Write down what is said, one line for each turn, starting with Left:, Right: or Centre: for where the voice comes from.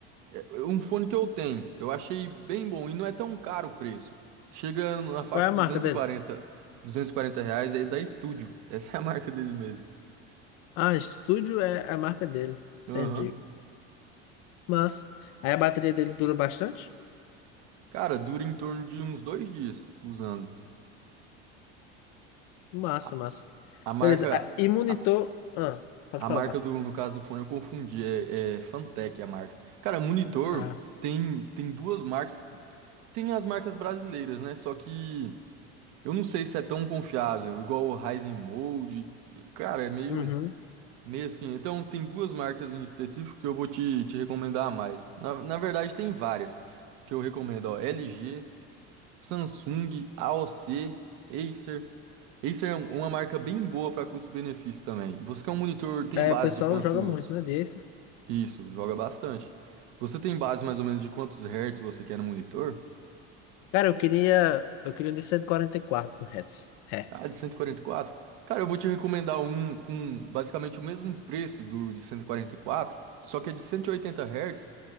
Right: É, Um fone que eu tenho, eu achei bem bom e não é tão caro o preço. Chega na faixa
Left: Qual é
Right: de
Left: a marca
Right: duzentos
Left: dele?
Right: duzentos e quarenta duzentos e quarenta reais aí da Estúdio. <laughs> Essa é a marca dele mesmo.
Left: Ah, Studio é a marca dele.
Right: Aham.
Left: Entendi. Mas, aí a bateria dele dura bastante?
Right: Cara, dura em torno de uns dois dias usando.
Left: Massa,
Right: A,
Left: massa.
Right: a
Left: Beleza.
Right: marca,
Left: Ah, E monitor.
Right: a,
Left: Ah, pode
Right: a
Left: falar.
Right: marca do, no caso do fone eu confundi, é, é Fantech a marca. Cara, monitor
Left: Ah,
Right: tem, tem duas marcas, tem as marcas brasileiras, né? Só que eu não sei se é tão confiável, igual o Ryzen Mode. Cara, é meio.
Left: uhum.
Right: Meio assim, então tem duas marcas em específico que eu vou te, te recomendar a mais. Na, na verdade, tem várias que eu recomendo, ó, LG, Samsung, AOC, Acer. Acer é um- uma marca bem boa para custo-benefício também. Você quer um monitor, tem
Left: É,
Right: base
Left: o pessoal
Right: de quantos...
Left: joga muito, né? Disso.
Right: Isso, joga bastante. Você tem base mais ou menos de quantos hertz você quer no monitor?
Left: Cara, eu queria. Eu queria um de 144 Hz. Hz. Hertz.
Right: Ah, de 144. Cara, eu vou te recomendar um com basicamente o mesmo preço do de 144, só que é de 180 Hz